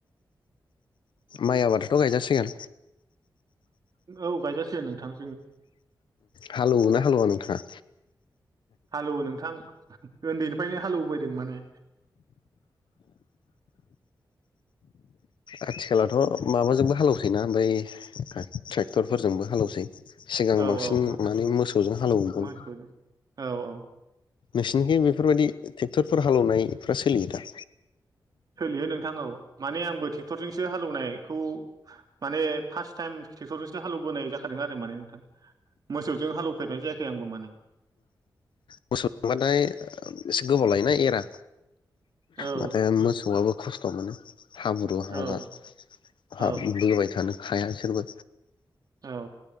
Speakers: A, on the left (about 85°); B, on the right (about 55°).
A: माइ आबादाथ' गायजासिगोन
B: औ गायजासिगोन नोंथां
A: हालौवोना हालौवा नोंथाङा
B: हालौवो नोंथां उन्दैनिफ्रायनो हालेवबोदों माने
A: आथिखालावथ' माबाजोंबो हालेवसैना बै ट्रेक्टरफोरजोंबो हालौसै सिगां
B: औ
A: बांसिन
B: औ नोंथां
A: माने मोसौजों हालौवोमोन
B: मोसौजों औ औ
A: नोंसिनिखि बेफोरबायदि ट्रेक्टरफोर हालेवनायफ्रा सोलियो दा
B: सोलियो नोंथां ओ माने आंबो ट्रेक्टरजोंसो हालेवनायखौ माने फार्स्ट टाइम ट्रेक्टरजों हालौबोनाय जाखादों आरो माने मोसौजों हालौफेरनाय जायाखै आंबो माने
A: मोसौ जोंबाथाय एसे गोबाव लायोना एरा
B: औ
A: माथो मोसौआबो खस्थ' मोनो हाब्रु
B: औ
A: हाला हाब
B: औ
A: बोबाय थानो हाया बिसोरबो
B: औ